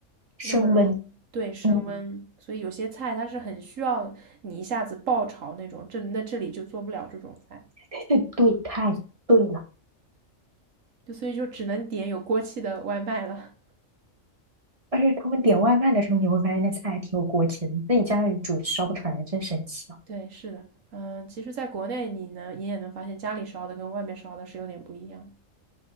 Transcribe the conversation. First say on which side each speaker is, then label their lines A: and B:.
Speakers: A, on the right; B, on the right.
A: 升温。
B: 那么容易对升温，
A: 嗯，
B: 所以有些菜它是很需要你一下子爆炒那种，这那这里就做不了这种菜，
A: <laughs> 对对，太对了。
B: 就所以就只能点有锅气的外卖了。
A: 而且他们点外卖的时候，你会发现那菜还挺有锅气的，你自己家里煮烧不出来，真神奇。
B: <laughs> 对，是的，嗯，其实在国内你能你也能发现家里烧的跟外面烧的是有点不一样。